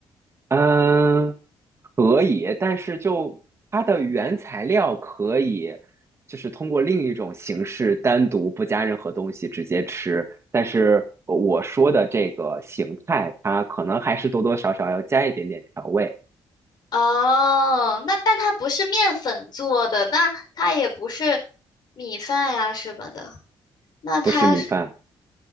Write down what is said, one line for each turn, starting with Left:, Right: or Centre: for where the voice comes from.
Right: 嗯，可以，但是就它的原材料可以，就是通过另一种形式单独不加任何东西直接吃，但是我说的这个形态，它可能还是多多少少要加一点点调味，
Left: 哦，那但它不是面粉做的，那它也不是米饭呀什么的，那它是
Right: 不是米饭，